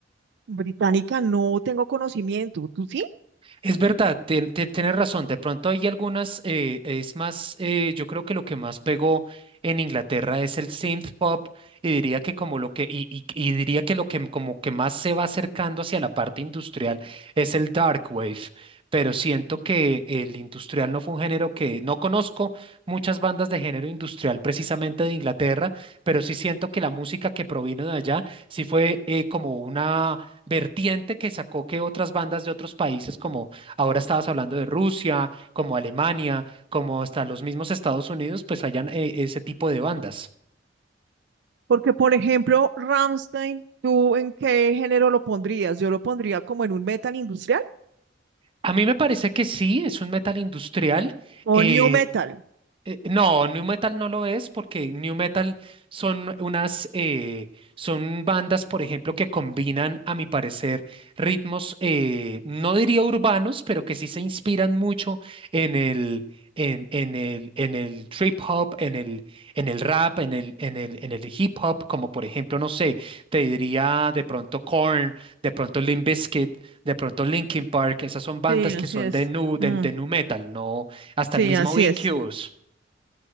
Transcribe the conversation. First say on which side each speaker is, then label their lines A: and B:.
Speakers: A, on the right; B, on the right.
A: Británica no tengo conocimiento, ¿tú sí?
B: Es verdad, ten- ten- tienes razón. De pronto hay algunas, eh, es más, eh, yo creo que lo que más pegó en Inglaterra es el synth pop y diría que como lo que y, y- y diría que lo que m- como que más se va acercando hacia la parte industrial es el dark wave. Pero siento que el industrial no fue un género que no conozco muchas bandas de género industrial precisamente de Inglaterra, pero sí siento que la música que provino de allá sí fue eh, como una vertiente que sacó que otras bandas de otros países como Ahora estabas hablando de Rusia, como Alemania, como hasta los mismos Estados Unidos, pues hayan eh, ese tipo de bandas.
A: Porque, por ejemplo, Rammstein, ¿tú en qué género lo pondrías? Yo lo pondría como en un metal industrial
B: A mí me parece que sí, es un metal industrial.
A: o
B: eh,
A: new metal.
B: Eh, no, New Metal no lo es porque New Metal son unas, eh, son bandas, por ejemplo, que combinan, a mi parecer, ritmos, eh, no diría urbanos, pero que sí se inspiran mucho en el, en, en el, en el trip hop, en el, en el rap, en el, en el, en el hip hop, como por ejemplo, no sé, te diría de pronto Korn, de pronto Limp Bizkit, de pronto Linkin Park, esas son bandas
A: Sí, así
B: que son
A: es.
B: de nu, de,
A: Mm,
B: de nu metal, no, hasta
A: sí,
B: el mismo
A: así
B: Incubus.
A: es.